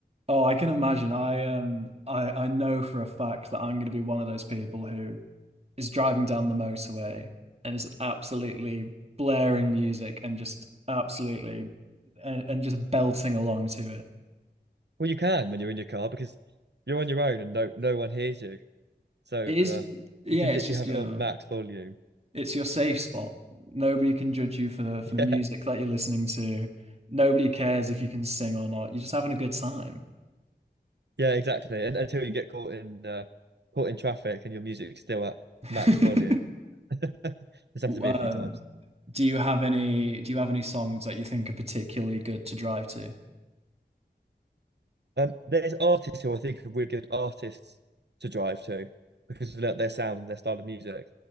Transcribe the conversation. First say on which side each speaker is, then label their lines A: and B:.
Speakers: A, on the right (about 35°); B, on the right (about 70°).
A: Oh, I can imagine. I um I I know for a fact that I'm going to be one of those people who is driving down the motorway and is absolutely blaring music and just absolutely and, and just belting along to it.
B: Well, you can when you're in your car because you're on your own and no no one hears you, so
A: It
B: uh,
A: is yeah,
B: you can
A: it's
B: literally
A: just
B: have
A: your
B: it on max volume.
A: It's your safe spot. Nobody can judge you for for
B: <laughs>
A: the music that you're listening to. Nobody cares if you can sing or not. You're just having a good time.
B: Yeah, exactly. And until you get caught in uh, caught in traffic and your music's still at
A: <laughs>
B: max volume. <laughs> It's happened to me
A: Um,
B: a few times.
A: do you have any do you have any songs that you think are particularly good to drive to?
B: Um, there's artists who I think are really good artists to drive to because of their, their sound and their style of music.